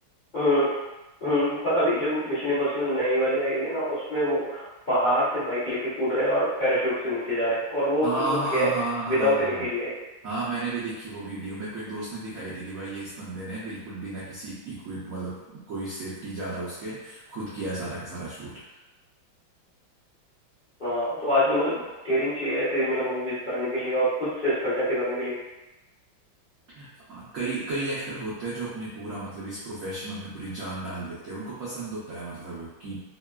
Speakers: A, on the left (about 50°); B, on the right (about 75°).
A: हम्म हम्म, पर अभी जो मिशन इम्पॉसिबल नई वाली आई हुई है ना उसमें वो पहाड़ से बाइक लेके कूद रहे हैं और पैराशूट से नीचे जा रहे हैं और
B: हाँ
A: वो उसने खुद
B: हाँ
A: किया है
B: हाँ हाँ
A: विदाउट
B: हाँ
A: एनी
B: हाँ
A: सीजीआई
B: हाँ मैंने भी देखी वो वीडियो मेरे को एक दोस्त ने दिखाई थी कि भाई ये इस बंदे ने बिल्कुल बिना किसी इक्विप मतलब कोई सेफ्टी ज्यादा उसके खुद किया है सारा का सारा शूट
A: हाँ तो आजकल मतलब डेयरिंग चाहिए ऐसे मतलब मूवीज करने के लिए और खुद से स्टंट ऐसे करने के लिए
B: हाँ, कई कई एक्टर होते हैं जो अपने पूरा मतलब इस प्रोफेशन में अपनी पूरी जान डाल देते हैं उनको पसंद होता है मतलब कि